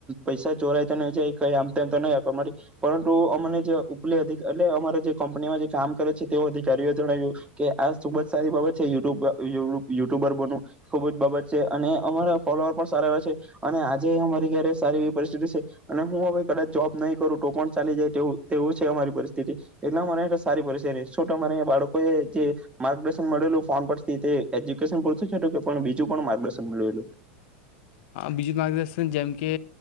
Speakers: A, on the right (about 15°); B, on the left (about 60°).
A: પૈસા ચોરાય તો ન જાય કઈ આમ તોમ તો નહીં આપ માટે પરંતુ અમને જે ઉપલે અતિ એટલે અમારે જે કંપનીમાં જે કામ કરે છે તેઓ અધિકારીઓ જણાવ્યું કે આ ખુબ જ સારી બાબત છે યુટ્યુબ યુટ્યુબર બનવું ખુબ જ બાબત છે અને અમારા ફોલોઅર પણ સારા એ છે અને આજે અમારી ક્યારે સારી એવી પરિસ્થિતિ છે અને હું હવે કદાચ જોબ નહી કરું તો પણ ચાલી જાય તેવું છે અમારી પરિસ્થિ તીતી એના મળે ત સારી પરિસ્તિ તમારાં આયા બાળકો જે માર્ગદર્શનલું ફોન પરથી એજ્યુકેશન પૂરતું બીજું પણ માર્ગદર્શન મળેલું.
B: હ બીજું માર્ગદર્શન જેમ કે